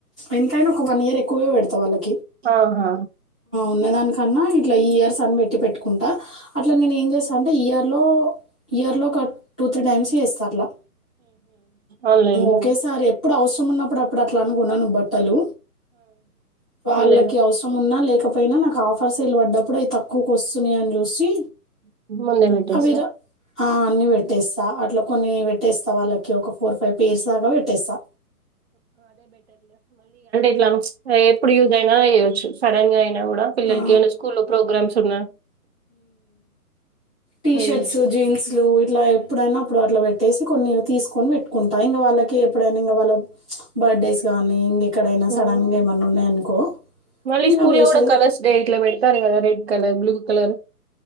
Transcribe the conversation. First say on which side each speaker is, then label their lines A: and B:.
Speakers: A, in the centre; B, on the right (about 45°).
A: ఎంతైనా ఒక వన్ ఇయర్ ఎక్కువే పెడతా వాళ్ళకి
B: ఆహా
A: ఉండదానికన్నా ఇట్లా ఈ ఇయర్స్ అని పెట్టి పెట్టుకుంటా అట్లా నేను ఏం చేస్తానుంటే ఈఆర్ లో ఇయర్ లో ఒక టూ త్రీ టైమ్స్ చేస్తా అట్లా
B: ఆన్లైన్లోనే
A: ఒకేసారి ఎప్పుడు అవసరం ఉన్నప్పుడు అప్పుడు అట్లా అను ఉలన్ బట్టలు వాళ్ళకి
B: ముందే
A: అవసరం ఉన్నా లేక్ ఇకపోయినా నాకు ఆఫర్ సేల్ పడ్డప్పుడు అయి తక్కువకు వస్తున్నాయేమో చూసి
B: <unintelligible>
A: అవి
B: సార్
A: ర ఆ అన్ని వెట్టేస్తా అట్లా కొన్ని వెట్టేస్తా వాళ్ళకి ఒక ఫోర్ ఫైవ్ పేర్స్ దాకా పెట్టేస్తా
B: యమ్ ఎప్పుడు యూస్ అయినా చేయ్యచ్చు సడన్ గా అయినా కూడా పిల్లలకి
A: ఆ!
B: ఏమైన స్కూల్లో ప్రోగ్రామ్స్ ఉన్నా
A: టీషర్ట్స్
B: వేయొచ్చు
A: జీన్స్లు ఇట్లా ఎప్పుడైనా అప్పుడు అట్లా పెట్టేసి కొన్ని తీసుకొని వెట్టుకుంటా ఇంకా వాళ్ళకి ఎప్పుడైనా ఇంగా వాళ్ళ బర్త్డేస్ గానీ ఇంకెక్కడైనా సడన్‌గా
B: ఉమ్
A: ఏమన్నా ఉన్నాయనుకో,
B: మళ్ళీ
A: ఇంగ
B: స్కూల్లో
A: వేషే
B: కూడా కలర్స్ డే ఇట్లా పెడతారు కదా రెడ్ కలర్ బ్లూ కలర్